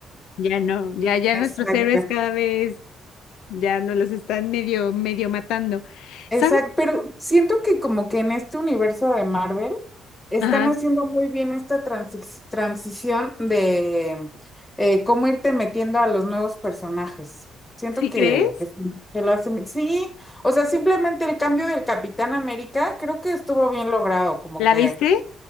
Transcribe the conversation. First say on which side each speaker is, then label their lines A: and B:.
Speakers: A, on the left; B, on the left.
A: ya no, ya, ya
B: Exacto.
A: nuestros héroes cada vez ya nos los están medio, medio matando.
B: Exacto,
A: ¿Sabes?
B: pero siento que como que en este universo de Marvel están
A: Ajá,
B: haciendo muy bien esta transi- transición de eh, cómo irte metiendo a los nuevos personajes. Siento
A: ¿sí
B: que,
A: crees?
B: que sí, que lo hacen. Sí, o sea, simplemente el cambio del Capitán América creo que estuvo bien logrado, como
A: ¿La
B: que
A: viste?